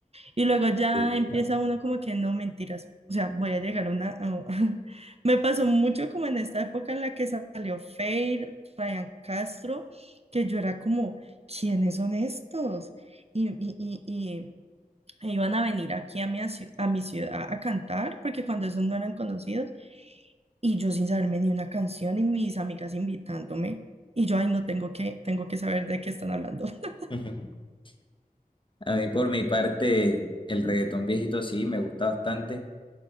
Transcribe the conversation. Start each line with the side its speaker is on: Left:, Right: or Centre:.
Right: Y luego ya
Left: sí, total.
Right: empieza uno como que no, mentiras. O sea, voy a llegar a una... a- <laughs> Me pasó mucho como en esta época en la que salió Feid Ryan Castro, que yo era como, ¿quiénes son estos? Y, y, y, y e iban a venir aquí a mi, ci- a mi ciudad a cantar, porque cuando esos no eran conocidos, y yo sin saberme ni una canción y mis amigas invitándome, y yo, ay, no tengo que, tengo que saber de qué están hablando. <laughs>
Left: <laughs> A mí por mi parte, el reggaetón viejito sí, me gusta bastante,